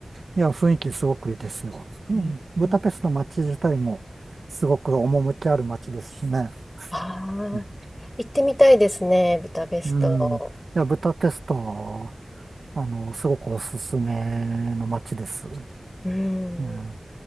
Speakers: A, on the right; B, on the left.
A: や、雰囲気すごくいいですよ。うん、
B: うん
A: ブダペストの街自体もすごく趣ある街ですしね。
B: あー行ってみたいですね、
A: う
B: ブダペスト。
A: ん、うんいや、ブダペストは、あの、すごくおすすめの街です。う
B: うん。
A: ん